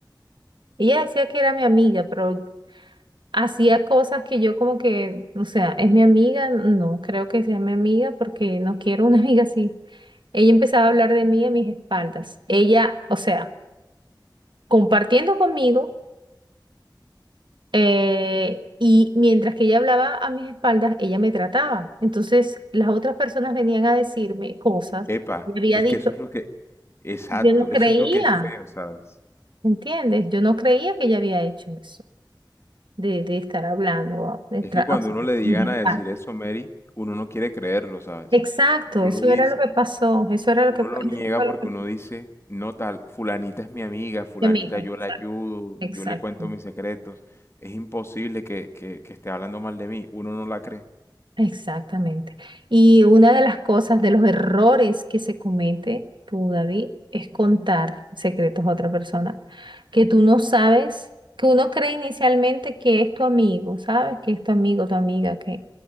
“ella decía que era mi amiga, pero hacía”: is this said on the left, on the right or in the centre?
Right